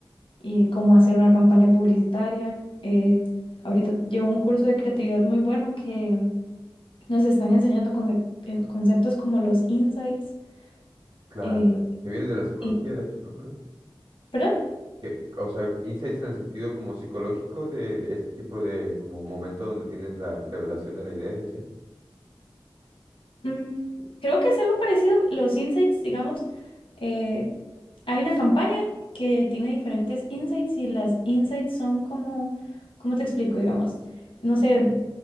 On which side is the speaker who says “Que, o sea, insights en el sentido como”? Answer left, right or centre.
Right